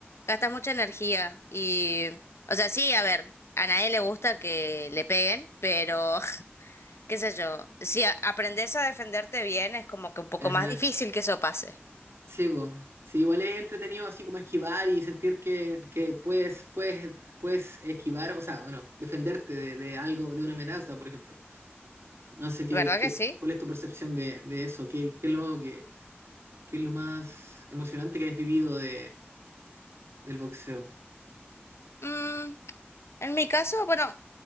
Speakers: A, on the left; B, on the right.
A: gastas mucha energía y, o sea, sí, a ver, a nadie le gusta que le peguen, pero <laughs> qué sé yo, si a- aprendes a defenderte bien es como que un poco
B: Ajá.
A: más difícil que eso pase,
B: Sí, po. Sí, igual es entretenido así como esquivar y sentir que, que puedes, puedes, puedes esquivar, o sea, bueno, defenderte de, de algo, de una amenaza, por ejemplo. No sé qué,
A: ¿verdad
B: qué,
A: que sí?
B: cuál es tu percepción de, de eso, qué, qué es lo que, qué es lo más emocionante que has vivido de, del boxeo.
A: Mm, en mi caso, bueno,